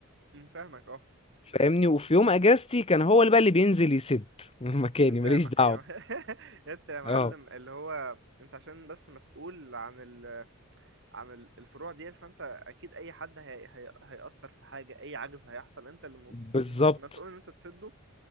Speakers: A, on the right; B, on the left.
A: فاهمك اه
B: فاهمني وفي يوم اجازتي كان هو اللي بقى اللي بينزل يسد <laughs> مكاني
A: انت
B: ماليش
A: يا, م...
B: دعوه
A: يا... م- <laughs> انت يا معلم
B: اه
A: اللي هو انت عشان بس مسؤول عن ال... عن ال- الفروع ديت فانت اكيد اي حد هي... هي... هيأثر في حاجة اي عجز هيحصل انت اللي م...
B: بالظبط
A: مس- مسؤول ان انت تسده